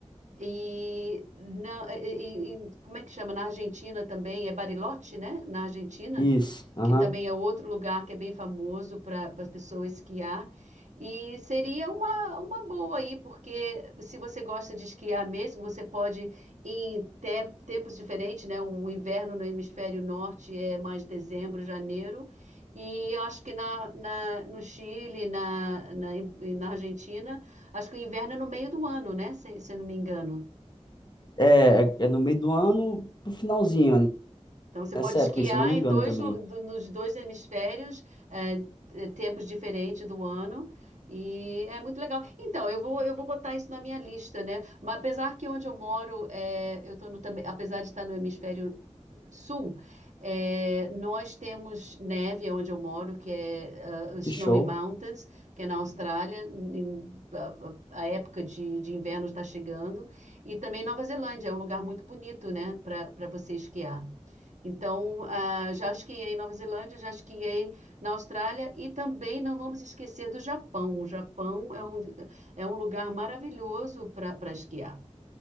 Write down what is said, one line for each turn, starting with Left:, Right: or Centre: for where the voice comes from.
Right: E, não, e- e- e como é que chama? Na Argentina também, é Bariloche, né? Na Argentina,
Left: Isso, aham.
Right: que também é outro lugar que é bem famoso para as pessoas esquiar. E seria uma, uma boa aí, porque se você gosta de esquiar mesmo, você pode ir em te- tempos diferentes, né? O inverno no hemisfério norte é mais dezembro, janeiro. E eu acho que na, na- no Chile, na, na, e na Argentina, acho que o inverno é no meio do ano, né? Se, se eu não me engano.
Left: É, é, é no meio do ano, pro finalzinho, né?
Right: Então, você pode
Left: nessa
Right: esquiar
Left: época, se eu não me
Right: em
Left: engano
Right: dois,
Left: também.
Right: do- nos dois hemisférios, é, é, tempos diferentes do ano, e é muito legal. Então, eu vou, eu vou botar isso na minha lista, né? Mas apesar que onde eu moro, é, eu tô no, também, apesar de estar no hemisfério sul, é, nós temos neve onde eu moro, que é ah, Snowy
Left: Que show.
Right: Mountains, que é na Austrália, em- a, a- a época de, de inverno está chegando, e também Nova Zelândia, é um lugar muito bonito, né, para para você esquiar. Então, ah, já esquiei em Nova Zelândia, já esquiei na Austrália e também não vamos esquecer do Japão. O Japão é um, é um lugar maravilhoso para esquiar.